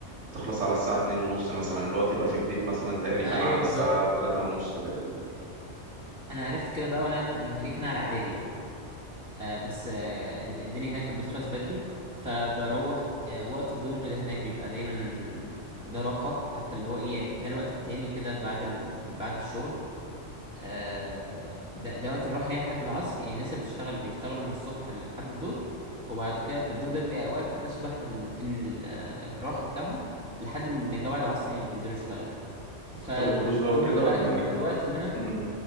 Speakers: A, on the right (about 80°); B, in the centre.
A: بتخلص على الساعة اتنين ونص مثلا اللي هو تبقى في البيت مثلا تقريبا
B: أيوه
A: على
B: بالظبط
A: الساعة تلاتة ونص تقريبا يعني
B: أنا عرفت كده بقى وأنا ولما جيت هنا على إعدادي بقى آه بس آه الد- الدنيا هناك كانت بتخلص بدري فبروح آه وقت الظهر ده هناك بيبقى دايما ده راحة حتى اللي هو إيه يعني ده الوقت التاني كده بعد ال... بعد الشغل آه، ده ده وقت الراحة يعني لحد العصر يعني الناس اللي بتشتغل بيشتغلوا من الصبح لحد الظهر وبعد كده بالظهر ده بيبقى وقت كده شبه ال... ال... آه، الراحة بتاعهم لحد ما يرجعوا بعد العصر يعني بينزلوا يشتغلوا فالظهر
A: كنت بتاخد دروس بقى وكده
B: ده بقى
A: ولا
B: كان بيبقى الوقت اللي أنا
A: امم